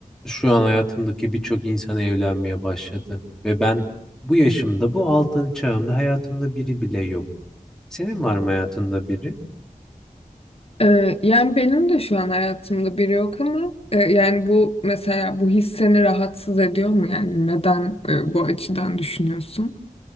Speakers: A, in the centre; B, on the left (about 45°).
A: Şu an hayatımdaki birçok insan evlenmeye başladı ve ben bu yaşımda, bu altın çağımda hayatımda biri bile yok. Senin var mı hayatında biri?
B: Ee, yani benim de şu an hayatımda biri yok ama e, yani bu mesela bu his seni rahatsız ediyor mu yani neden e, bu açıdan düşünüyorsun?